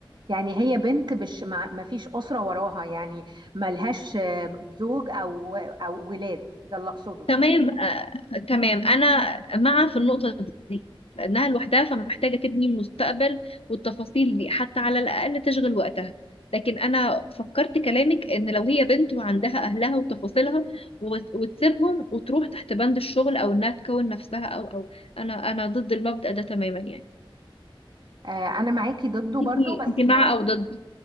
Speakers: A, on the right; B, on the left.
A: يعني هي بنت مش ما ما فيش أسرة وراها يعني ملهاش آه، زوج او او ولاد ده اللي اقصده
B: تمام آه... تمام انا مع في النقطة دي لانها لوحدها فمحتاجة تبني المستقبل والتفاصيل دي حتى على الاقل تشغل وقتها لكن انا فكرت كلامك ان لو هي بنت وعندها اهلها وتفاصيلها وت- وتسيبهم وتروح تحت بند الشغل او انها تكون نفسها او او انا انا ضد المبدأ ده تماما يعني
A: آه، انا معاكي ضده برضو
B: انت
A: بس
B: انت مع او ضد